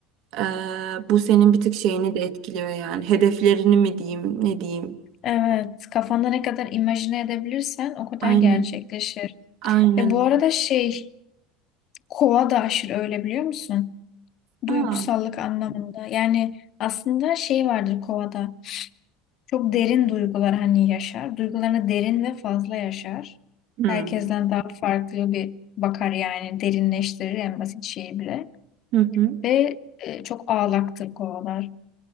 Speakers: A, on the right; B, on the left.
A: Ee, bu senin bir tık şeyini de etkiliyor yani. Hedeflerini mi diyeyim, ne diyeyim?
B: Evet, kafanda ne kadar imajine edebilirsen o kadar
A: Aynen,
B: gerçekleşir.
A: aynen
B: Ve bu
A: öyle.
B: arada şey, kova da aşırı öyle biliyor musun?
A: Aa.
B: Duygusallık anlamında. Yani aslında şey vardır kovada. Çok derin duygular hani yaşar. Duygularını derin ve fazla yaşar.
A: Hmm.
B: Herkesten daha farklı bir bakar yani derinleştirir en basit şeyi bile.
A: Hı hı.
B: Ve e, çok ağlaktır kovalar.